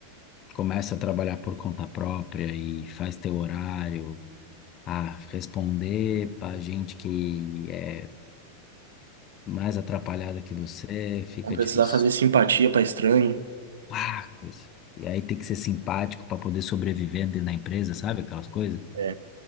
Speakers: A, on the left; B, on the right.
A: começa a trabalhar por conta própria e faz teu horário, a responder para gente que é mais atrapalhada que você, fica
B: Não precisar
A: difícil.
B: fazer simpatia para estranho.
A: Ah, coisa. E aí tem que ser simpático para poder sobreviver dentro da empresa, sabe? Aquelas coisas.
B: é.